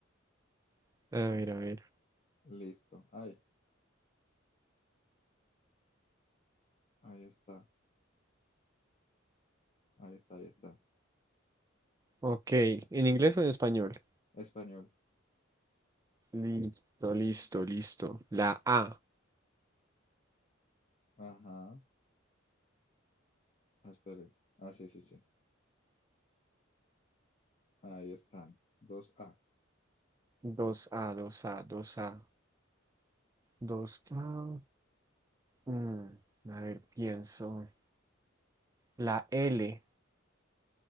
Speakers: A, on the right; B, on the left.
A: <laughs> A ver, a ver.
B: Listo. Ay, ahí está, ahí está, ahí está.
A: Ok, ¿en inglés o en español?
B: Español.
A: Listo, listo, listo. La A.
B: Ajá. Ah, espere. Ah, sí, sí, sí. Ahí están. dos a
A: Dos a dos a dos a dos a Mm, a ver, pienso. La L.